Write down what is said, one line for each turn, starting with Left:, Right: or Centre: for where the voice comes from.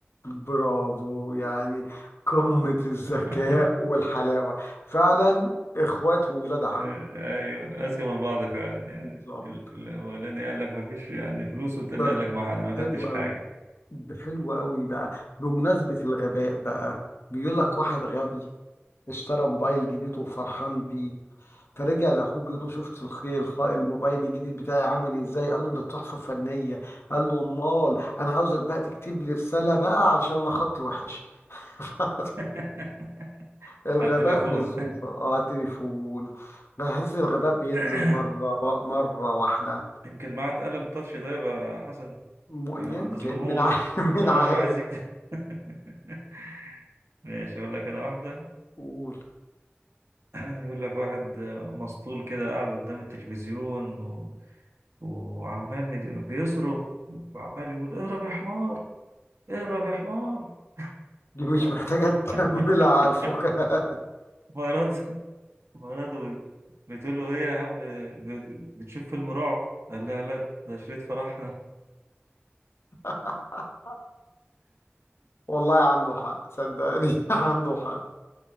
Left: برافو يعني قمة الذكاء
Right: <laughs>
Left: والحلاوة فعلا اخوات وولاد عم
Right: ايوه اذكى من بعض فعلا يعني
Left: بالظبط
Right: ال- الاولاني قال لك ما فيش يعني فلوس والتاني
Left: طب
Right: قال لك ما انا ما
Left: حلو
Right: خدتش
Left: قوي
Right: حاجة
Left: حلو قوي بقى بمناسبة الغباء بقى بيقول لك واحد غبي اشترى موبايل جديد وفرحان بيه فرجع لاخوه بيقول له شفت الخ- الخ- الموبايل الجديد بتاعي عامل ازاي قال له ده تحفة فنية قال له امال انا عاوزك بقى تكتب لي رسالة بقى علشان انا خطي وحش <laughs>
Right: <laughs>
Left: الغباء
Right: على التليفون
Left: بالزوفة اه على التليفون بحس الغباء بينزل
Right: <coughs>
Left: مرة مرة واحدة
Right: يمكن معاه قلم تاتش طيب يا حسن
Left: م-
Right: ما
Left: يمكن
Right: ما تظلموش
Left: من ع... <laughs> من
Right: اه
Left: عارف
Right: عايز يكتب <laughs> ماشي اقول لك انا واحدة
Left: قول
Right: <clears throat> يقول لك واحد مسطول كده قاعد قدام التلفزيون وعمال بت- بيصرخ وعمال يقول اهرب يا حمار اهرب يا حمار
Left: دي مش
Right: <laughs>
Left: محتاجة تكملها على الفكاهة
Right: مراته مراته بتقول له ايه يا عم بت- بتشوف فيلم رعب قال لها لا ده شريط فرحنا
Left: <laughs> والله عنده حق صدقني <laughs> عنده حق